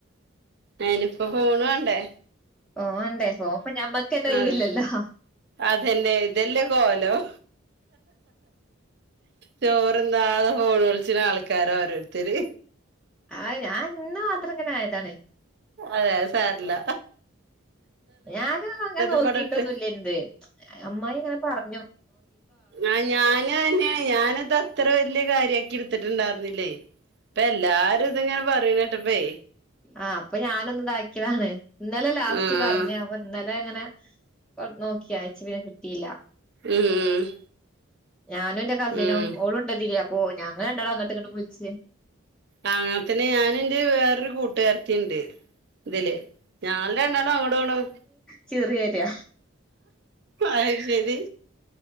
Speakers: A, on the right (about 50°); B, in the centre.
A: അയ്ന് പ്പൊ ഫോൺ വാണ്ടേ
B: ഫോൺ വാണ്ടേ പ്പൊ ഞമ്മക്കന്നെ ഒഴിവില്ലല്ലോ.
A: അതെ അതന്നെ ഇതെല്ലേ കോലം ചോറ്ന്നാതെ ഫോൺ വിൾച്ച്ണ ആൾക്കാരാ ഓരോരുത്തര്
B: ആഹ് ഞാൻ ഇന്ന് മാത്രം ഇങ്ങനെ ആയതാണ്.
A: അതെ അത് സാര്ല്ല.
B: ഞാനും അങ്ങനെ നോക്കിട്ടൊന്നുംല്ല
A: ഇവിടെട്ട്
B: <unintelligible> അമ്മായി ഇങ്ങനെ പർഞ്ഞു
A: ആഹ് ഞാനും അത് തന്നെയാണ് ഞാന് ത ത്ര വല്ല്യ കാര്യക്കി ഇട്ത്ത്ട്ട്ണ്ടാര്ന്നില്ലേ അപ്പ എല്ലാരും ഇത്ങ്ങനെ പറയണ കേട്ടപ്പേ
B: ആഹ് അപ്പൊ ഞാനൊന്ന് താക്കിയതാണ്. ഇന്നലെ ലാസ്റ്റ്
A: ഉം
B: പർഞ്ഞെ അപ്പൊ ഇന്നലെ ഇങ്ങനെ നോക്കി അയ്ച്ച് പിന്നെ കിട്ടീല്ല.
A: ഉം
B: ഞാനും ന്റെ കസിനും
A: ഉം
B: ഓളുംണ്ട്തില് അപ്പൊ ഞങ്ങള് രണ്ടാളും അങ്ങോട്ടും ഇങ്ങട്ടും വിൾച്ച്
A: ആഹ് പിന്നെ ഞാനും ന്റെ വേറൊരു കൂട്ടുകാര്ത്തിണ്ട്. ഇതില് ഞാള് രണ്ടാളും അങ്ങടു ഇങ്ങടും
B: ചിരി വെരാ
A: അയ് ശരി